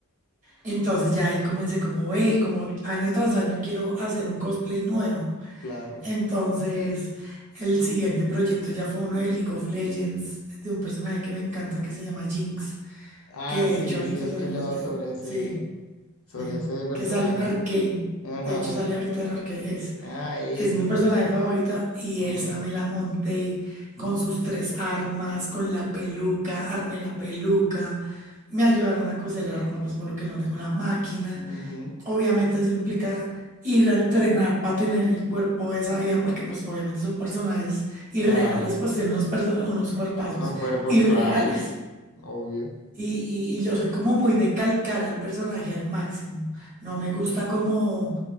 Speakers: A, on the right; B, on the left.
A: Entonces ya ahí comencé como ve, como año tras año quiero hacer un cosplay nuevo.
B: claro.
A: Entonces, el siguiente proyecto ya fue uno de League of Legends, de un personaje que me encanta que se llama Jinx,
B: Ah,
A: que de
B: sí,
A: hecho ahorita
B: sí, he escuchado
A: sale en...
B: sobre ese,
A: Sí, sí,
B: sobre ese personaje.
A: que sale en Arcane.
B: Ajá.
A: De hecho, sale ahorita en Arcane. Es,
B: Ah, esa.
A: es mi personaje favorita y
B: Ajá.
A: esa me la monté con sus tres armas, con la peluca, armé la peluca. Me ayudaron a coser la ropa, pues por lo que no tengo la máquina.
B: ujú,
A: Obviamente eso implica ir a entrenar para tener el cuerpo de esa vida, porque pues obviamente son personajes irreales,
B: Claro.
A: pues tienen unos, perso- unos cuerpazos
B: Los cuerpos,
A: irreales.
B: claro. Obvio.
A: Y, y- y yo soy como muy de calcar al personaje al máximo. No me gusta como,